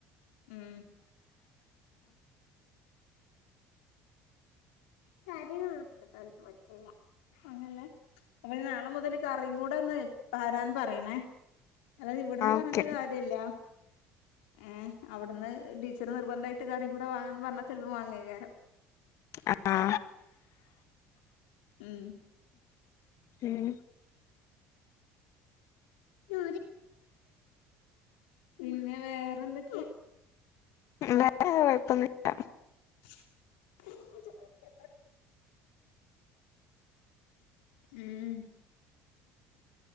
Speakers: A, on the left; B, on the left.
A: ഉം കരി നത് അ പറ്റില്ല <unintelligible> അങ്ങനല്ലേ അപ്പ നാളെ മുതൽ കറിയും കൂടെ ഒന്ന് പാരാൻ പറയണേ അതായത് ഇവിടുന്ന്
B: ഓക്കെ
A: പറഞ്ഞിട്ട് കാര്യല്ല ഏഹ അവിടുന്ന് ടീച്ചർ നിർബന്ധമായിട്ട് കറി കൂടെ വാങ്ങാണം ന്നു പറഞ്ഞാ ചിലപ്പോ വാങ്ങിയ്കാരം
B: ആഹ
A: ഉം
B: ഉം
A: നോ പിന്നെ വേറെന്തൊ
B: വേറെ കുഴപ്പന്നുല്ല
A: <inaudible> ഉം